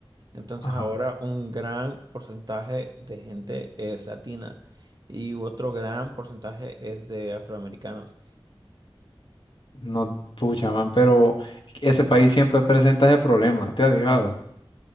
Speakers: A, on the right (about 45°); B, on the left (about 60°).
A: Entonces
B: Ajá.
A: ahora un gran porcentaje de gente es latina y otro gran porcentaje es de afroamericanos.
B: No, pucha, man, pero ese país siempre presenta ese problema, ¿te has fijado?